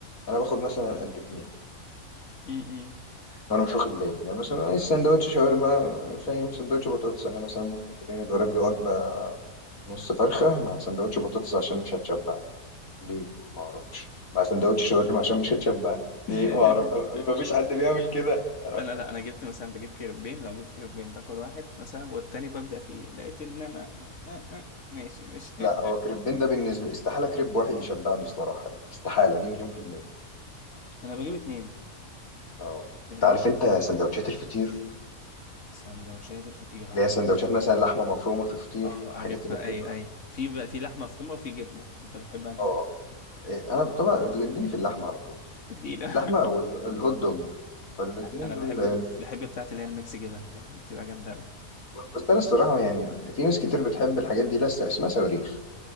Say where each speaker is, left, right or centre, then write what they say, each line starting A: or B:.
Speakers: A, on the left (about 75°); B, on the left (about 60°).
A: انا باخد مثلا قد اتنين
B: م- م.
A: وانا
B: آه.
A: مش واخد بالي يعني مثلا عايز سندوتش شاورما فاهم سندوتش بطاطس انا مثلا ممكن تلاقيني ضارب لي وجبه نص فرخه مع سندوتش بطاطس عشان مش هتشبعني ليه ما اعرفش مع سندوتش شاورما عشان مش هتشبعني ليه
B: <laughs>
A: ما اعرف ما فيش حد بيعمل كده أنا...
B: انا لا انا جبت مثلا بجيب كيربين لو جبت كيربين باكل واحد مثلا والتاني ببدأ فيه لقيت ان انا آه، آه، آه، ماشي مش
A: لا
B: آه،
A: هو
B: آه.
A: كريبين ده بالنسبه استحاله كريب واحد يشبعني الصراحه يعني استحاله دي مليون في المية
B: انا بجيب اتنين
A: اه
B: فاهمني
A: انت عارف انت سندوتشات الفطير
B: سندوتشات الفطير
A: اللي
B: عارف
A: هي سندوتشات مثلا لحمه مفرومه في فطير
B: اه
A: الحاجات
B: عارفها
A: اللي بتبقى
B: ايوه ايوه في بقى في لحمه مفرومه وفي جبنه انت بتحب انهي
A: اه إيه، انا طبعا بتجنني في اللحمه على طول
B: ديلة
A: اللحمه او
B: <laughs>
A: ال- الهوت دوج فالاتنين
B: انا
A: دول
B: بحب
A: لازم.
B: ميكس بحب بتاعت اللي هي الميكس جبن فاهمني بتبقى جامده قوي
A: بس انا الصراحه يعني في ناس كتير بتحب الحاجات دي لسه اسمها صواريخ